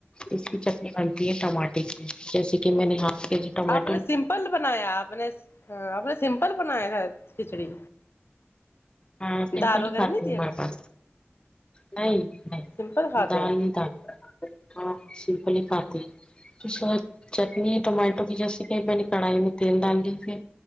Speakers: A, on the left; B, on the left.
A: اس کی چٹنی بنتی ہے ٹماٹے کی جیسے کہ میں نے ہاف کے جی ٹمیٹو
B: آپ نے سمپل بنایا آپ نے بہت سمپل بنایا ہے کھچڑی
A: ہاں سمپل
B: دال وغیرہ
A: ہی کھاتی
B: نہیں دیا
A: ہے ہمارے
B: تھا
A: پاس نہیں نہیں
B: سمپل کھاتے
A: دال
B: ہیں
A: نہیں کھاتے سمپل ہی کھاتے ہے اسکے بعد چٹنی ہے ٹمایٹو کی جیسے کہ میں نے کڑھائی میں تیل ڈال لی پھر